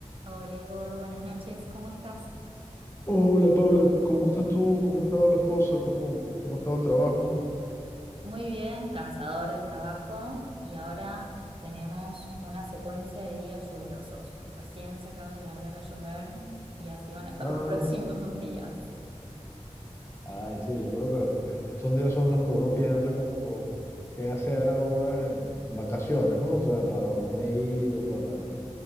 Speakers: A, on the right; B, on the left.
A: Hola Igor, buenas noches, ¿cómo estás?
B: Hola Paula, ¿cómo estás tú? ¿Cómo han estado las cosas? ¿Cómo, cómo ha estado el trabajo?
A: Muy bien, cansador el trabajo y ahora tenemos una secuencia de días lluviosos. Recién se acaba de largar a llover y así van a estar
B: Ah,
A: los <laughs> próximos días.
B: ay, sí, yo creo que eh, estos días son los que uno piensa como, como qué hacer ahora en, en vacaciones, ¿no? O sea, para dónde ir o para,